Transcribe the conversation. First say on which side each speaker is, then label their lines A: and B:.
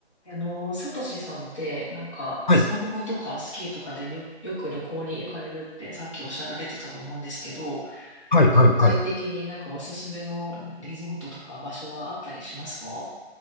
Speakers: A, on the left; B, on the left.
A: あの、サトシさんって、なんか、
B: はい、
A: スノボとかスキーとかでりょよく旅行に行かれるってさっきおっしゃられてたと思うんですけど、
B: はい、
A: なんか具体的になんかおすすめのなんかリゾートとか場所はあったりしますか
B: はい、はい。